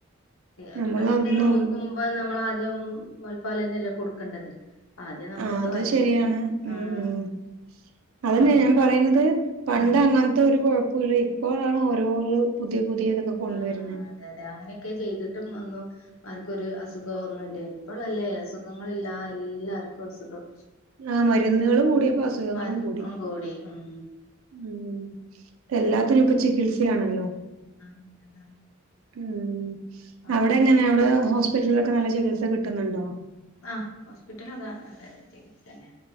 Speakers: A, on the left; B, on the right.
A: ഒരു
B: നമ്മള്
A: കണക്കിന്
B: അതൊന്നും
A: നോക്കു ഇപ്പം നമ്മളാദ്യം മൊലപ്പാലെന്നെല്ലേ കൊടുക്കണ്ടത്. ആദ്യം നമ്മളിത്
B: ആഹ് അത്
A: വായിലോയിചൊടു
B: ശരിയാണ് ഉം
A: ആഹ്
B: ഉം അതന്നെ
A: ഉം
B: ഞാൻ പറയുന്നത് പണ്ട്
A: ആഹ്
B: അങ്ങ അതൊരു കൊഴപ്പുല്ല. ഇപ്പോഴാണ് ഓരോന്ന് പുതിയ പുതിയതൊക്കെ കൊണ്ടുവരുന്നെ.
A: ആഹ് അതെ അതെ അങ്ങനെയൊക്കെ ചെയ്തിട്ടും വന്നു. ആർക്കൊരു അസുഖ്വ ഒന്നു ഇല്ലേനി. ഇപ്പളല്ലേ അസുഖങ്ങളില്ല എല്ലാർക്കും അസുഖം.
B: ആഹ് മരുന്ന്കൾ കൂട്യേപ്പൊ അസുഖങ്ങളും
A: മരുന്നും
B: കൂടി
A: ഉം
B: ഉം എല്ലാത്തിനും
A: ആഹ്
B: ഇപ്പൊ ചികിത്സയാണല്ലോ
A: പിന്നെന്താ
B: ഉം
A: ആര്
B: അവിടെ എങ്ങനെ അവിടെ ഹോസ്പിറ്റലിലൊക്കെ നല്ല ചികിത്സ കിട്ട്ന്നുണ്ടോ.
A: ആഹ് ഹോസ്പിറ്റലൊക്കെ നല്ലെ ചികിത്സെന്നെ